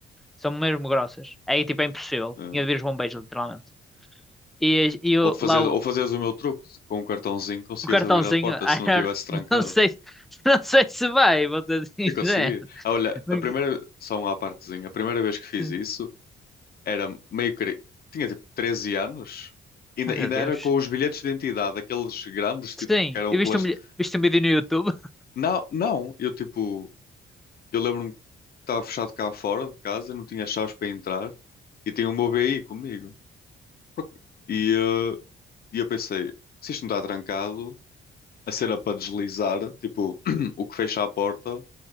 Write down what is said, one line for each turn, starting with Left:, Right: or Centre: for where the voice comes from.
Centre: São mesmo grossas. É, tipo, é impossível.
Left: Ah,
Centre: Tinha de vir os bombeiros, literalmente. E, e eu,
Left: Ou, de fazer,
Centre: lá
Left: ou
Centre: o,
Left: fazeres o meu truque, de- com um cartãozinho conseguias
Centre: o cartãozinho,
Left: abrir a porta
Centre: <laughs> I
Left: se não
Centre: don't-
Left: tivesse trancado.
Centre: não sei, não sei se vai, vou ser sincero.
Left: Eu conseguia. Ah, Olha,
Centre: Porque-
Left: a primeira, só uma à partezinha, a primeira vez que fiz
Centre: Sim.
Left: isso era meio que tinha tipo 13 anos, ainda,
Centre: Oh, meu
Left: ainda
Centre: Deus.
Left: era com os bilhetes de identidade, aqueles grandes, tipo,
Centre: Sim,
Left: que eram
Centre: eu
Left: plástico.
Centre: viste um, vi- viste um vídeo no YouTube
Left: Não, não, eu tipo, eu lembro-me que estava fechado cá fora de casa, não tinha chaves para entrar e tinha o meu BI comigo. Por- E, eh, e eu pensei, se isto não está trancado. a cena para deslizar, tipo, <clears throat> o que fecha a porta,